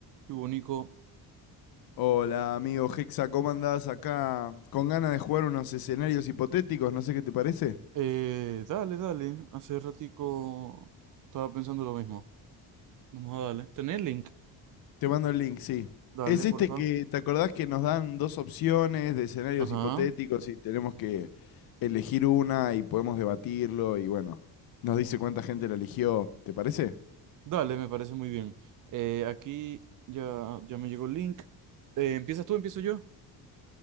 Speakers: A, on the right (about 50°); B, on the left (about 55°).
A: Qué bonito.
B: Hola, amigo Hexa, ¿cómo andás acá? Con ganas de jugar unos escenarios hipotéticos, no sé qué te parece.
A: Eh, dale, dale. Hace ratico estaba pensando lo mismo. Vamos a darle. ¿Tenés link?
B: Te mando el link, sí.
A: Dale,
B: Es
A: porfa.
B: este que, ¿te acordás que nos dan dos opciones de escenarios
A: Ajá.
B: hipotéticos y tenemos que elegir una y podemos debatirlo y bueno, nos dice cuánta gente la eligió, ¿te parece?
A: Dale, me parece muy bien. Eh, aquí ya, ya me llegó el link. Eh, ¿empiezas tú? ¿Empiezo yo?